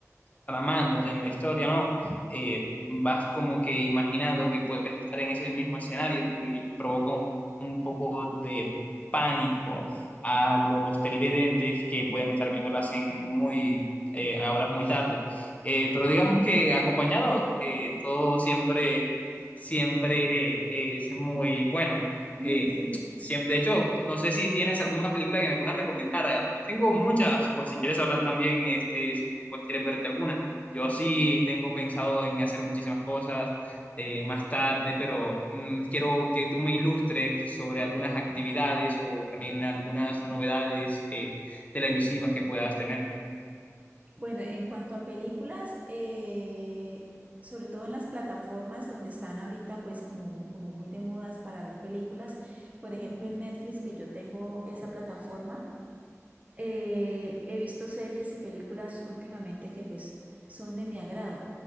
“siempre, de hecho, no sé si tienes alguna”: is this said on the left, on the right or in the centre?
Left